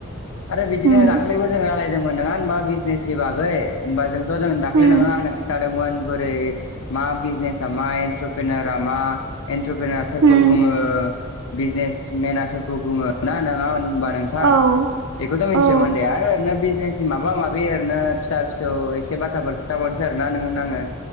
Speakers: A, on the left (about 75°); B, on the right (about 65°).
A: आरो बिदिनो
B: होम
A: दाख्लिबो जोङो दोंमोन नङा होमबा बिजनेसनि बागै होमबा जोंथ' जों दाख्लै
B: होम
A: नोङो आंनो खिथादोंमोन। बोरै मा बिजनेसा मा एन्ट्रपेनारा मा? इन्ट्रपेनार सोरखौ
B: होम
A: बुङो बिजनेसमेना सोरखौ बुङो ना नोङा होनबा नोंथां
B: औ
A: बेखौथ' मिथिबायमोन
B: औ
A: दे आरो ओरैनो बिजनेसनि माबा माबि ओरैनो फिसा फिसौ एसे बाथ्राफोर खिथाबावनोसै आरोना नोंनो आङो।